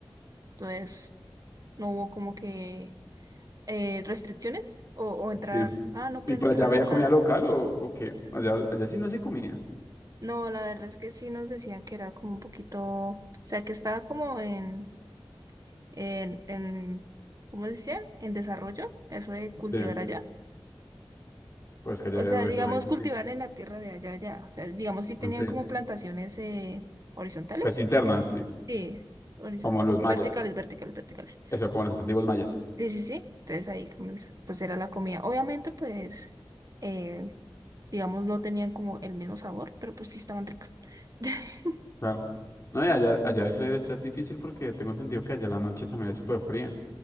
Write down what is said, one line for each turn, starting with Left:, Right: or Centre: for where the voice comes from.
Right: Entonces, no hubo como que eh, restricciones o, o entrar,
Left: Sí.
Right: ah, no pueden
Left: ¿Y para
Right: entrar
Left: allá había
Right: a tal.
Left: comida local o, o qué? Allá, allá sí no se comía.
Right: No, la verdad es que sí nos decían que era como un poquito, o sea, que estaba como en, en, en, ¿cómo se decía? En desarrollo, eso de cultivar
Left: Sí,
Right: allá.
Left: pues que allá
Right: O
Left: debe
Right: sea, digamos,
Left: ser re difícil.
Right: cultivar en la tierra de allá, allá. O sea, digamos, sí tenían
Left: Ah, Sí.
Right: como plantaciones eh, horizontales.
Left: Pues interna, sí.
Right: Sí, horizon-
Left: Como los
Right: verticales,
Left: mayas.
Right: verticales, verticales.
Left: Eso, como los antiguos mayas.
Right: Sí, sí, sí. Entonces ahí como es, pues era la comida. Obviamente, pues, eh, digamos, no tenían como el mismo sabor, pero pues sí estaban ricos. <laughs>
Left: Claro. No, y allá, allá eso debe estar difícil porque tengo entendido que allá la noche también es súper fría.